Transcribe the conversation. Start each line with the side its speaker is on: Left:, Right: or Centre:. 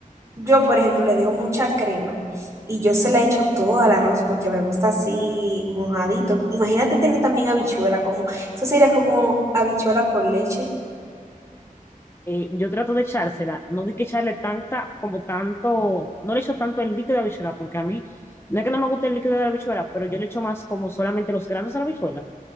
Right: Yo, por ejemplo, le dejo mucha crema y yo se la echo todo al arroz porque me gusta así mojadito. Imagínate tener también habichuela, como, eso sería como habichuela con leche.
Left: eh, yo trato de echársela, no di que echarle tanta, como tanto, no le echo tanto el líquido de habichuela, porque a mí, no es que no me guste el líquido de la habichuela, pero yo le echo más como solamente los granos de la habichuela